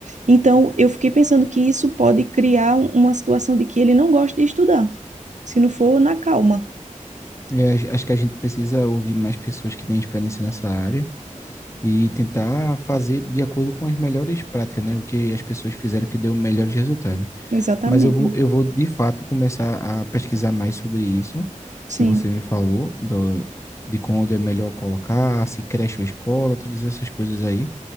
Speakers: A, on the right (about 65°); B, on the left (about 20°).
A: Então, eu fiquei pensando que isso pode criar um- uma situação de que ele não gosta de estudar, se não for na calma.
B: É, acho acho que a gente precisa ouvir mais pessoas que têm experiência nessa área e tentar fazer de acordo com as melhores práticas, né? O que as pessoas fizeram que deu melhores resultados.
A: Exatamente.
B: Mas eu vou, eu vou de fato começar a pesquisar mais sobre isso
A: Sim,
B: que você me falou, do, de quando é melhor colocar, se creche ou escola, todas essas coisas aí.